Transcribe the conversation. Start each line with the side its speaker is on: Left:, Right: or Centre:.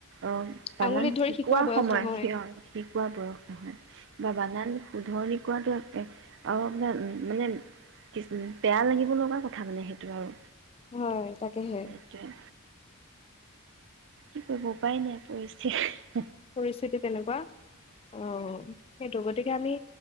Right: অ বানান
Left: আঙুলিত ধৰি
Right: শিকোৱা
Left: বয়স
Right: সময়ত,
Left: নহয়
Right: সেই অহ। শিকোৱাৰ বয়স নহয়। বা বানান শুধৰনি কৌ আৰু আপোনাৰ মানে কি বেয়া লাগিব লগা কথা মানে সেইটো আৰু।
Left: হয় তাকেহে
Right: সেইটোৱে। কি কৰিব উপাই নাই পৰিস্থিতিৰ
Left: পৰিস্থিতি তেনেকুৱা, অ সেইটো গতি গতিকে আমি,